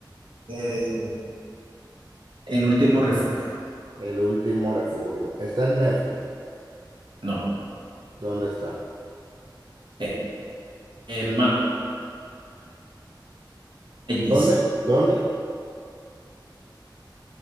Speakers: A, on the right (about 75°); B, on the right (about 55°).
A: Eh, El último refugio.
B: El último refugio. Está en Netflix.
A: No.
B: ¿Dónde está?
A: Eh, eh, más. Magis.
B: ¿Dónde? ¿Dónde?